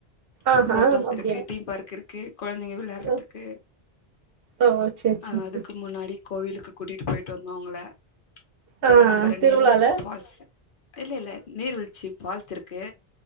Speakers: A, on the right; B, on the left.
A: ஆஹா
B: போட்டோஸ்
A: அப்டியா
B: இருக்கு தீம் பார்க் இருக்கு குழந்தைங்க விளாறதுக்கு
A: ஓ ஓ சேரி சேரி
B: அஹ் அதுக்கு முன்னாடி கோவிலுக்கு கூட்டிட்டு போயிட்டு வந்தவங்கள
A: ஆ
B: தலகம்பரம்
A: திருவிழால
B: நீர்வீழ்ச்சி ஃபால்ஸ் இல்ல இல்ல நீர்வீழ்ச்சி ஃபால்ஸ் இருக்கு